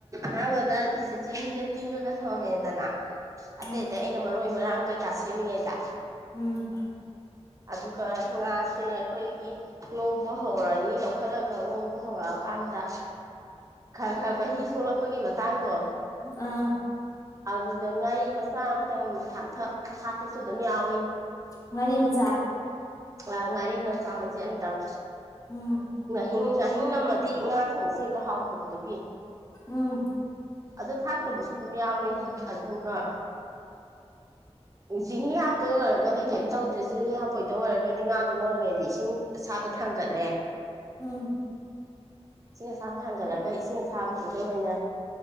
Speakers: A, on the right; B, on the left.
A: ꯍꯥꯥ ꯤꯁꯦ ꯆꯤꯡꯍꯤꯗ ꯇꯤꯉ ꯀ ꯊꯕ ꯃꯗꯅ ꯑꯇꯩ
B: ꯎꯝ
A: ꯑꯇꯩ ꯑꯩꯅ ꯃꯔꯣꯏ ꯃꯔꯥꯡ ꯀꯩ ꯉꯥꯁꯦ ꯃꯤ ꯌꯥꯏꯗ
B: ꯎꯝ
A: ꯑꯗꯨꯒ ꯉꯥꯁꯦ ꯑꯩꯈꯣꯏꯒꯤ ꯉꯧꯕ ꯍꯧꯔꯅꯤ ꯂꯧꯈꯠꯂꯒ ꯉꯧꯕ ꯍꯧꯔꯛꯑꯀꯥꯟꯗ ꯈꯔ ꯈꯔ ꯃꯍꯤ ꯊꯣꯛꯂꯛꯄꯒꯤ ꯃꯇꯥꯡꯗꯣ
B: ꯑꯥ
A: ꯑꯗꯨꯗ ꯉꯥ ꯃꯆꯥ ꯑꯃꯇꯪꯥꯛꯊ ꯍꯥꯞꯄꯁꯨ ꯑꯗꯨꯝ ꯌꯥꯎꯏꯤ
B: ꯉꯥꯔꯤ ꯃꯆꯥ
A: ꯑ ꯉꯥꯔꯤ ꯃꯆꯥ ꯃꯆꯦ ꯑꯃꯇꯪ
B: ꯎꯝ
A: ꯑꯍꯤꯡ ꯑꯍꯤꯡ ꯅꯝꯃꯗꯤ ꯉꯥ ꯊꯣꯡꯕꯁꯦ ꯍꯦꯛꯇ ꯍꯥꯎꯗꯕꯗꯨꯒꯤ
B: ꯎꯝ
A: ꯑꯗ ꯊ ꯐꯠꯇꯕꯁꯨ ꯑꯗꯨꯝ ꯌꯥꯎꯋꯦ ꯑꯗꯨꯒ ꯆꯦꯡꯍꯤ ꯍꯥꯞꯇꯣꯏ ꯑꯣꯏꯔꯒꯗꯤ ꯀꯩꯝ ꯇꯧꯗ꯭ꯔꯦ ꯆꯦꯡꯍꯤ ꯍꯥꯞꯄꯣꯏꯗ ꯑꯣꯏꯔꯒꯗꯤ ꯍꯥꯏꯗꯤ ꯉꯥꯗꯣ ꯃꯧꯔꯤꯉꯩꯗꯤ ꯏꯁꯤꯡ ꯑꯁꯥꯕ ꯊꯥꯡꯒꯠꯂꯦ
B: ꯎꯝ
A: ꯏꯁꯤꯡ ꯑꯁꯥꯕꯗ ꯊꯥꯡꯒꯠꯂꯒ ꯏꯁꯤꯡ ꯑꯁꯥꯕꯁꯤꯗ ꯑꯣꯏꯅ